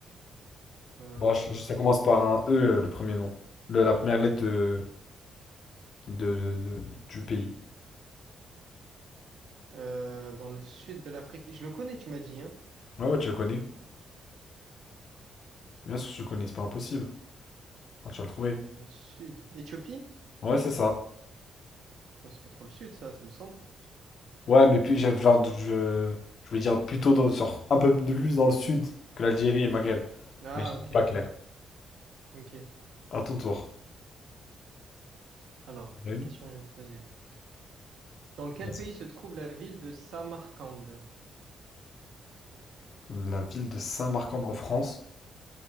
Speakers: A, on the right (about 65°); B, on the left (about 55°).
A: Euh,
B: Bon, je- ça
A: alors.
B: commence par un E, euh, le premier nom. Le- la première lettre de, de, de- du pays.
A: Euh, dans le sud de l'Afrique. Je le connais, tu m'as dit, hein?
B: Ah ouais, tu le connais. Bien sûr, tu le connais, c'est pas impossible. Ah, tu vas le trouver.
A: Dans le sud. Éthiopie?
B: Ouais, c'est ça.
A: Ouais, c'est pas trop le sud, ça, c'est le centre.
B: Ouais, mais puis j'avais genre, je, je voulais dire plutôt dans, sur un peu plus dans le sud que l'Algérie et le Maghreb.
A: Ah,
B: Mais je suis
A: ok,
B: pas clair.
A: ok.
B: À ton tour.
A: Alors, quelle
B: Oui.
A: question je vais te poser? Dans quel
B: Vas-y.
A: pays se trouve la ville de Samarcande?
B: La ville de Saint-Marcande en France.